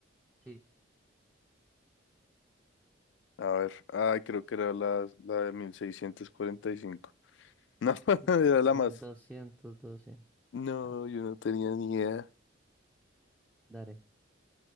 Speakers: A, in the centre; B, on the left.
A: Sí.
B: A ver. Ay, creo que era la, la de mil seiscientos cuarenta y cinco, No, <laughs>
A: m-
B: era la
A: mil
B: más.
A: doscientos doce
B: No,
A: Ah,
B: yo no tenía ni idea.
A: daré.